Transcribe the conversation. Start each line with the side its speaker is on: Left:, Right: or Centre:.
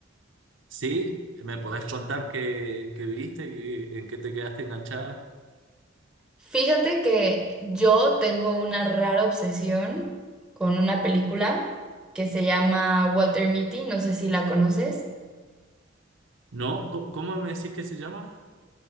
Right: ¿Sí? ¿Me podés contar qué, qué viste? ¿Qué- en qué te quedaste enganchada?
Centre: Fíjate que yo tengo una rara obsesión con una película que se llama Walter Mitty, no sé si la conoces.
Right: ¿No? ¿Cómo, cómo me decís que se llama?